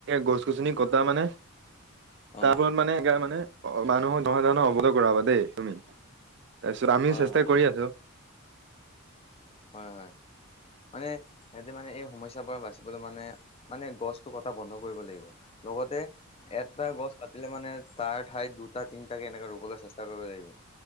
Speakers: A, on the right; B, on the left.
A: গছ-গছনি কটা মানে
B: অ
A: তাৰ ফলত মানে সেইকাৰনে মানে মানুহক কৰাবা দেই তুমি তাৰপিছত আমিও
B: হয়
A: চেষ্টা
B: হয়
A: কৰি আছোঁ।
B: হয়, হয়। মানে সেইটো মানে এই সমস্যাৰ পৰা বাচিবলৈ মানে মানে গছটো কটা বন্ধ কৰিব লাগিব। লগতে এটা গছ কাটিলে মানে তাৰ ঠাইত দুটা তিনটাকে এনেকে ৰুবলৈ চেষ্টা কৰিব লাগিব।